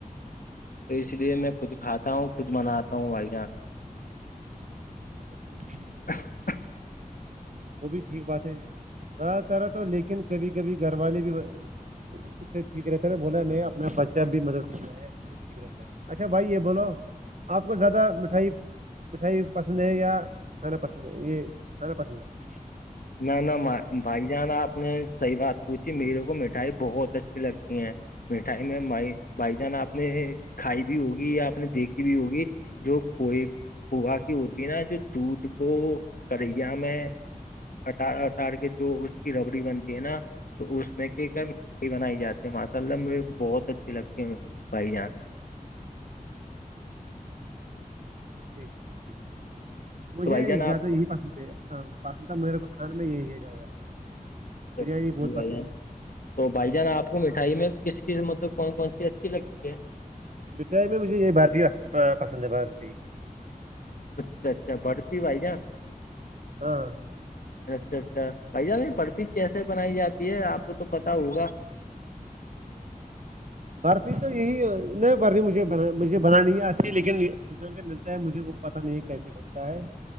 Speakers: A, on the left (about 70°); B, on the right (about 55°).
A: تو اس لیے میں خود کھاتا ہوں خود مناتا ہوں بھائی جان
B: <inaudible>
A: <unintelligible>
B: وہ بھی ٹھیک بات ہے زیادہ تر ہے تو لیکن کبھی کبھی گھر والے بھی اس سے ٹھیک رہتا ہے نا بولا نہیں اپنا بچہ بھی مدد کر رہا ہے وہ بھی ٹھیک رہتا اچھا بھائی یہ بولو آپ کو زیادہ مٹھائی مٹھائی پسند ہے یا کھانا پسند ہے یہ کھانا پسند ہے
A: نہ نہ بھائی جان آپ نے صحیح بات پوچھی میرے کو مٹھائی بہت اچھی لگتی ہیں مٹھائی میں مائی بھائی جان آپ نے کھائی بھی ہوگی یا آپ نے دیکھی بھی ہوگی جو کھئے کھوا کی ہوتی ہے نا جو دودھ کو کریا میں اٹار اٹار کے جو اس کی ربڑی بنتی ہے نا تو اس میں کیا کیا م بنائی جاتی ہے ماشاء اللہ مجھے کو بہت اچھی لگتی ہے بھائی جان
B: <inaudible> مجھے
A: تو بھائی جان آپ
B: زیادہ
A: کو
B: یہی پسند ہے پسند تھا میرے کو کھان میں یہی ہے بریانی
A: جی
B: بہت
A: بھائی
B: پسند
A: جان
B: ہے
A: تو بھائی جان آپ کو مٹھائی میں کس قسمت کون کون سی اچھی لگتی ہے
B: مٹھائی میں مجھے یہ بھرارتی پسند ہے بھھرتی
A: اچھا اچھا برفی بھائی جان
B: ہاں
A: اچھا اچھا بھائی جان پرفی کیسے بنائی جاتی ہے آپ کو تو پتا ہوگا
B: برفی تو یہی نہیں برفی مجھے ب مجھے بنانی نہیں آتی لیکن ملتا ہے مجھے وہ پتا نہیں کیسے بنتا ہے